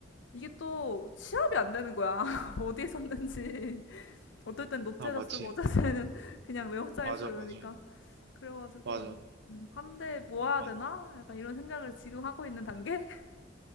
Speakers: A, on the left; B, on the right.
A: 이게 또 취합이 안 되는 거야. <laughs> 어디에 썼는지. 어떨 땐 노트에다
B: 아, 맞지.
A: 쓰고, 어떨 때는 <laughs> 그냥 메모장에
B: 맞아,
A: 쓰고
B: 맞아.
A: 이러니까. 그래가지고,
B: 맞아.
A: 음, 한 대 모아야
B: 막,
A: 되나? 약간 이런 생각을 지금 하고 있는 단계? <laughs>